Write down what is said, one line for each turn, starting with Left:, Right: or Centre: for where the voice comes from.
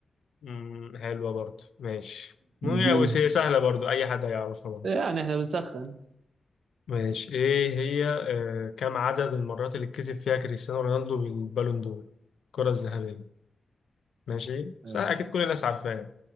Left: مم. حلوة برضه ماشي مو-
Right: دين
Left: بس هي سهلة برضه أي حد هيعرفها برضه
Right: يعني احنا بنسخن
Left: ماشي إيه هي آه كم عدد المرات اللي كسب فيها كريستيانو رونالدو بالبالون دور؟ الكرة الذهبية ماشي؟ سهل
Right: آه
Left: أكيد كل الناس عارفاها